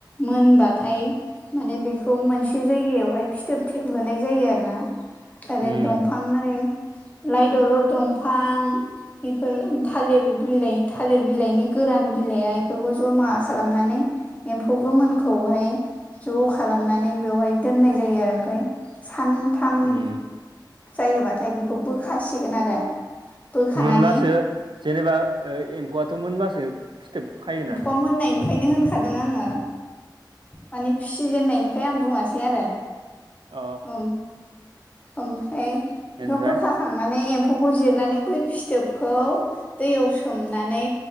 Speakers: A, on the left; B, on the right.
A: मोनबाथाय माने बेखौ मोनसे जायगायावहाय फिथोब थेबहोनाय जायो आरोना आरो
B: उम
A: दंफां बिफां आरो लाइ दलर दंफां बेफोर थालिर बिलाइ थालिर बिलाइनि गोरान बिलाइया बेफोरखौ जमा खालामनानै एम्फौ गोमोनखौहाय ज' खालामनानै बेवहाय दोननाय जायो आरो ओमफ्राय सानथाम
B: उम
A: जायोबाथाय बेखौ बोखासिगोन आरो बोखानानै
B: मोनबासो जेनेबा ओ एम्फौआथ' मोनबासो फिथोब खायोना
A: <unintelligible> फैनो होनखादों आङो माने फिसिजेननायनिफ्राय आं बुङासै आरो
B: अ
A: ओम ओमफ्राय बेखौ
B: ओमफ्राय
A: बोखा खांनानै एम्फौखौ जिरनानै बै फिथोबखौ दैयाव सोमनानै